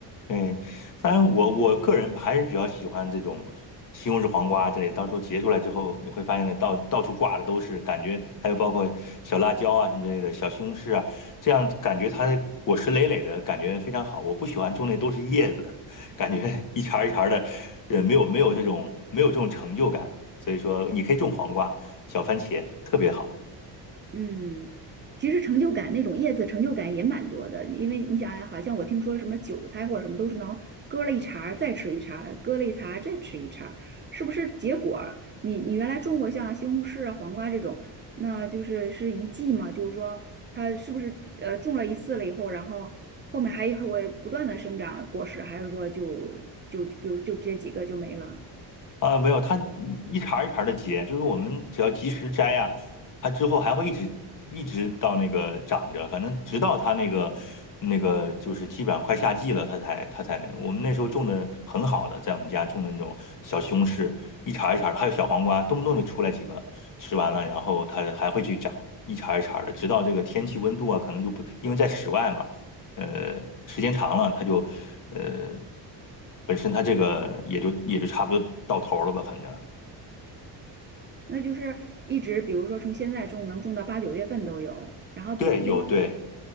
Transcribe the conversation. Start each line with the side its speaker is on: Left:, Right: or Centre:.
Left: 嗯，当然我我个人还是比较喜欢这种西红柿黄瓜之类，到时候结出来之后，你会发现那到到处挂的都是，感觉还有包括小辣椒啊什么之类的，小西红柿啊，这样感觉它果实累累的感觉非常好。我不喜欢种那都是叶子，感觉一茬儿一茬儿的，呃，没有没有这种没有这种成就感。所以说，你可以种黄瓜、小番茄，特别好。
Right: 嗯，其实成就感那种叶子成就感也蛮多的，因为你想啊好像我听说什么韭菜或者什么都是能割了一茬儿再吃一茬儿，割了一茬儿再吃一茬儿，是不是结果儿？你你原来种过像西红柿啊、黄瓜这种，那就是是一季嘛，就是说它是不是呃种了一次了以后，然后后面还会不断的生长果实，还是说就就比如就这几个就没了？
Left: 啊，没有，它一茬儿一茬的结，就是我们只要及时摘呀、它之后还会一直一直到那个长着，反正直到它那个那个就是基本上快夏季了，它才它才那。我们那时候种的很好的，在我们家种的那种小西红柿，一茬儿一茬儿的，还有小黄瓜，动不动就出来几个，吃完了然后它还会去长，一茬儿一茬儿的，直到这个天气温度啊，可能就不因为在室外嘛。呃，时间长了，他就呃，本身他这个也就也就差不多到头儿了吧，反正
Right: 那就是一直，比如说从现在种能种到八九月份都有，然后比如说。
Left: 对，有对。